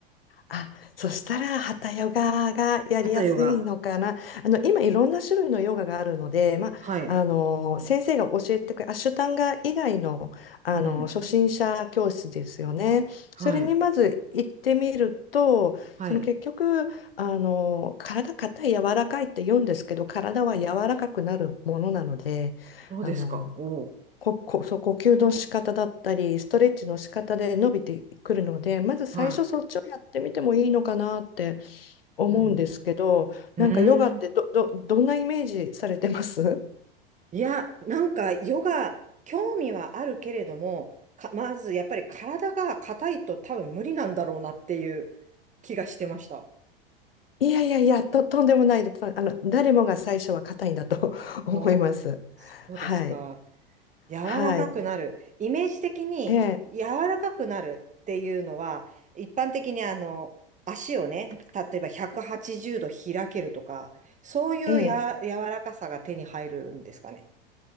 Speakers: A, on the left (about 75°); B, on the right (about 25°).
A: あ、そしたら、ハヨガがやりやすいのかな。
B: 旗ヨガ
A: あの、今、いろんな種類のヨガがあるので、まあ、
B: はい。
A: あの、先生が教えてくれる、アシュタンガ以外の、あの、
B: うん。
A: 初心者教室ですよね。
B: はい。
A: それにまず行ってみると、
B: はい。
A: その結局、あの、体硬い、柔らかいって言うんですけど、体は柔らかくなるものなので、
B: そうですか。
A: あの、
B: おう。
A: こ、こ、そう、呼吸の仕方だったり、ストレッチの仕方で伸びてくるので、まず最初そっちをやってみてもいいのかなって
B: は
A: 思うんですけど、
B: い。うん。うーん。
A: なんかヨガってど、ど、どんなイメージされてます <laughs>
B: いや、なんか、ヨガ、興味はあるけれども、か、まず、やっぱり体が硬いと多分無理なんだろうなっていう気がしてました。
A: いやいやいや、と、とんでもないと、あの、誰もが最初は硬いんだと <laughs> 思います。
B: おお、そうですか。
A: はい。
B: 柔らかくなる。
A: はい。
B: イメージ的に柔らかくなるっていうのは、
A: ええ、
B: 一般的にあの、足をね、例えば180度開けるとか、そういうや、
A: ええ。
B: 柔らかさが手に入るんですかね。